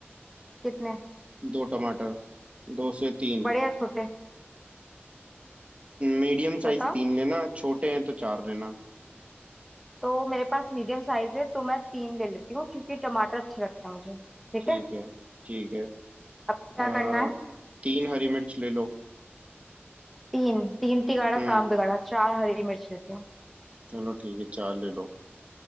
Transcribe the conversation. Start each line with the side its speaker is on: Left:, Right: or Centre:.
Centre: कितने
Right: दो टमाटर दो से तीन
Centre: बड़े या छोटे
Right: मीडियम साइज
Centre: बताओ
Right: तीन लेना छोटे हैं तो चार लेना
Centre: तो मेरे पास मीडियम साइज है तो मैं तीन ले लेती हूँ क्योंकि टमाटर अच्छे लगते हैं मुझे ठीक
Right: ठीक
Centre: है
Right: है ठीक है अ,
Centre: अब क्या करना है
Right: तीन हरी मिर्च ले लो
Centre: तीन तीन तिगाड़ा
Right: हम्म
Centre: काम बिगाड़ा चार हरी मिर्च लेती हूँ
Right: चलो ठीक है चार ले लो